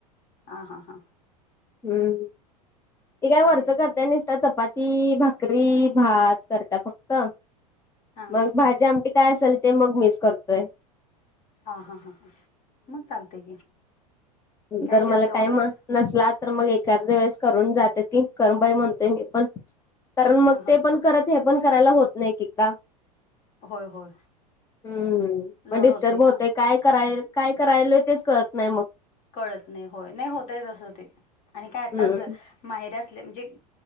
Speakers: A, on the left; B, on the left.
A: आ, हा, हा.
B: हम्म ती काय
A: चालतय
B: वरच करत्या
A: की
B: निसत चपाती, भाकरी, भात करत्या फक्त
A: हा
B: मग भाजी, आमटी काय असल ते मग मिच करतोय.
A: हा, हा, हा, हा मग चालतय की.
B: मग
A: काय
B: जर
A: द्या
B: मला
A: तेवढंच
B: टाइम नसला तर मग एकाद्या वेळेस करून जाते ती कर बाई म्हणतोय मी पण. कारण मग
A: हा हा
B: ते पण करत हे पण करायला होत नाही एकेकदा.
A: होय होय
B: हम मग
A: लोड
B: डिस्टर्ब
A: होते
B: होतय.
A: ना
B: काय कराय काय करायलोय तेच कळत नाही मग.
A: कळत नाही होय नाही होतय तसं ते आणि काय आताच
B: हम्म
A: माहेरी असल्या म्हणजे